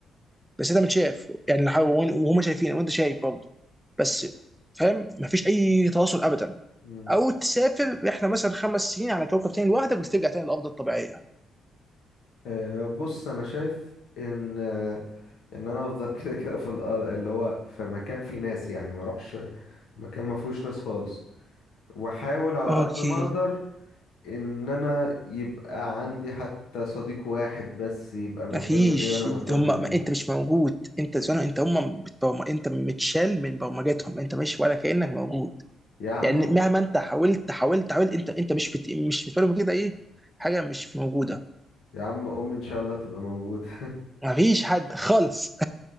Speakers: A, in the centre; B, on the left.
A: بس انت متشاف يعني لو- وهم شايفينك وانت شايف برضه بس فاهم مفيش اي تواصل ابدا
B: مم.
A: او تسافر رحله مثلا خمس سنين على كوكب تاني لوحدك وترجع تاني للارض الطبيعيه
B: آه، بص انا شايف ان آه، ان انا افضل <laughs> كده كده في الأرض اللي هو في مكان فيه ناس يعني ما اروحش مكان ما فيهوش ناس خالص واحاول على
A: اوكي
B: قد ما اقدر ان انا يبقى عندي حتى صديق واحد بس يبقى مهتم
A: مفيش
B: بيا وانا مهتم
A: هم ما
B: بيه
A: انت مش موجود انت زمان
B: ي-
A: انت هم بتبرم... انت متشال من برمجتهم انت مش ولا كانك موجود
B: يا عم
A: يعني مهما انت حاولت حاولت حاولت انت انت مش بت... مش بالنسبه لهم كده ايه حاجه مش موجوده
B: يا عم امي ان شاء الله تبقى موجودة
A: مفيش حد خالص